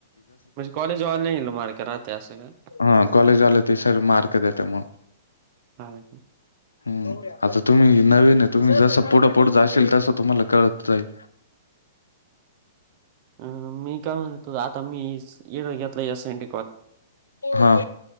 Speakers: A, on the right; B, on the left.
A: म्हणजे कॉलेजवाले ल मार का राहते अस का.
B: हा कॉलेज
A: हा
B: आलं त सर मार्क देते म्हणून.
A: हा की.
B: हम आता तुम्ही नवीन आहे तुम्ही जसं पुढं पुढ जा असशेल तसं तुम्हाला कळत जाईल.
A: अ मी काय म्हणेतो आता मी येड घेतला या संट.
B: हा.